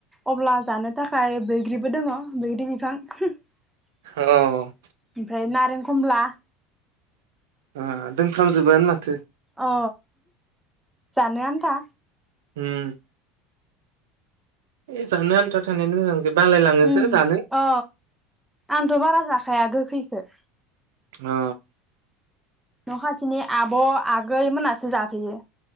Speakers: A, in the centre; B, on the right.
A: अब्ला जानो थाखाय बैग्रिबो दोंङो बैग्रि बिफां ओमफ्राय
B: औ
A: ना नारें खमला
B: ओ दोंफ्रामजोबोआनो माथो
A: अ जानो आनथा
B: उम ए जानो आन्था थानायानो मोजां बालायलाङोसो
A: उम
B: जानो
A: अ आंथ' बारा जाखा खाया गोखैखो
B: अ
A: न' खाथिनि आब' आगै मोनासो जाफैयो।